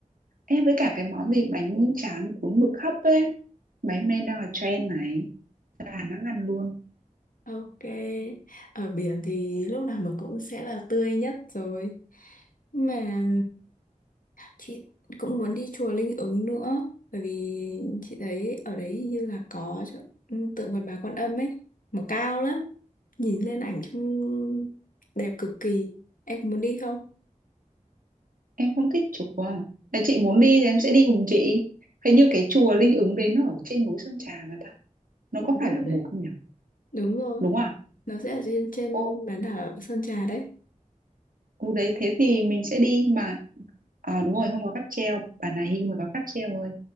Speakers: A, on the right; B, on the left.
A: em với cả cái món gì bánh tráng cuốn mực hấp ấy mấy hôm nay đang là trend này Đà Nẵng ăn luôn
B: Ok, ở biển thì lúc nào mà cũng sẽ là tươi nhất rồi. Mà chị cũng muốn đi chùa Linh Ứng nữa, bởi vì chị thấy ở đấy hình như là có chỗ, ừ, tượng Phật Bà Quan Âm ấy, mà cao lắm. Nhìn lên ảnh trông đẹp cực kỳ. Em có muốn đi không?
A: em không thích chùa là chị muốn đi thì em sẽ đi cùng chị hình như cái chùa Linh Ứng đấy nó ở trên núi Sơn Trà mà ta nó
B: Đúng
A: có phải là
B: rồi
A: một
B: đấy.
A: không nhỉ
B: Đúng rồi,
A: đúng không ạ?
B: nó sẽ ở trên trên
A: Cô
B: bán đảo Sơn Trà đấy.
A: Ồ đấy thế thì mình sẽ đi mà à, đúng rồi không có cáp treo bản này Hưu mới có cáp treo thôi